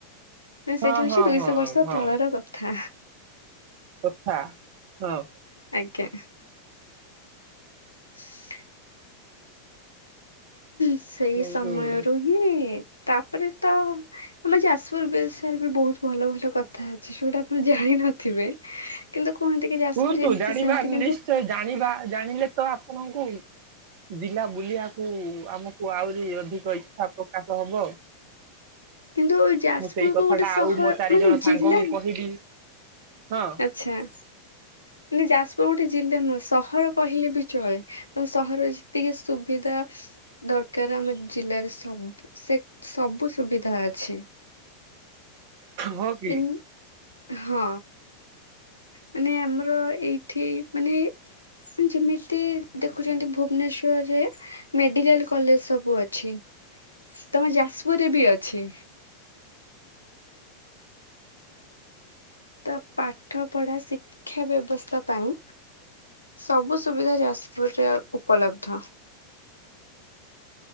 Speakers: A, on the left (about 80°); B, on the right (about 45°).
A: ମାନେ
B: ହଁ
A: ସେଇଟା ହଉଛି
B: ହଁ
A: ଦୁଇଶହ
B: ହଁ
A: ବର୍ଷ
B: ହଁ।
A: ତଳର କଥା
B: କଥା ହଁ।
A: ଆଜ୍ଞା। <inaudible> ସେଇ
B: ହୁଁ,
A: ସମୟରୁ
B: ହୁଁ।
A: ହିଁ ତାପରେ ତ ଆମ ଯାଜପୁର ବିଷୟରେ ବି ବହୁତ ଭଲ ଭଲ କଥା ଅଛି ଯୋଉଟା ଆପଣ ଜାଣି ନଥିବେ କିନ୍ତୁ କୁହନ୍ତି କି ଯାଜପୁରରେ
B: କୁହନ୍ତୁ
A: ଏମିତି
B: ଜାଣିବା
A: ସେମିତି
B: ନିଶ୍ଚୟ
A: କିନ୍ତୁ
B: ଜାଣିବା ଜାଣିଲେ ତ ଆପଣଙ୍କୁ ଜିଲ୍ଲା ବୁଲିବାକୁ ଆମକୁ ଆହୁରି ଅଧିକ ଇଚ୍ଛା ପ୍ରକାଶ ହବ।
A: କିନ୍ତୁ ଯାଜପୁରକୁ
B: ମୁଁ ସେଇ କଥା
A: ଗୋଟେ
B: ଟା
A: ସହର
B: ଆଉ ମୋର ଚାରି
A: ମାନେ
B: ଜଣ
A: ଜିଲ୍ଲା
B: ସାଙ୍ଗଙ୍କୁ କହିବି। ହଁ
A: ଆଚ୍ଛା। ମାନେ ଯାଜପୁର ଗୋଟେ ଜିଲ୍ଲା ନୁହେଁ ସହର କହିଲେ ବି ଚଳେ ତ ସହରରେ ଯେତିକି ସୁବିଧା। ଦରକାର ଆମ ଜିଲ୍ଲାରେ ସବୁ ସେ ସବୁ ସୁବିଧା ଅଛି।
B: ହଁ କି?
A: ଏମ ହଁ ମାନେ ଆମର ଏଇଠି ମାନେ ଯେମିତି ଦେଖୁଛନ୍ତି ଭୁବନେଶ୍ଵରରେ ମେଡିକାଲ କଲେଜ ସବୁ ଅଛି। ତମ ଯାଜପୁରରେ ବି ଅଛି। ତା ପାଠ ପଢା ଶିକ୍ଷା ବ୍ୟବସ୍ଥା ପାଇଁ ସବୁ ସୁବିଧା ଯାଜପୁରରେ ଉପଲବ୍ଧ।